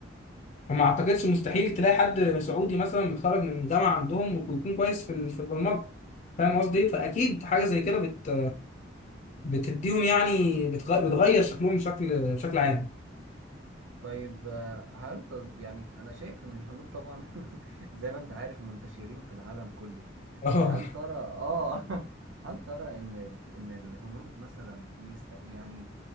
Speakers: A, on the left (about 40°); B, on the right (about 75°).
A: فما اعتقدش مستحيل تلاقي حد سعودي مثلا متخرج من جامعه عندهم ويكون كويس في ال- في البرمجه فاهم قصدي فاكيد حاجه زي كده بت بتديهم يعني بتغ- بتغير شكلهم بشكل بشكل عام
B: طيب آه، هل تز... يعني أنا شايف إن الهنود طبعا <laughs> زي ما أنت عارف منتشرين في العالم كله
A: <laughs> اه
B: هل ترى آه <laughs> هل ترى إن إن الهنود مثلا يست... يعني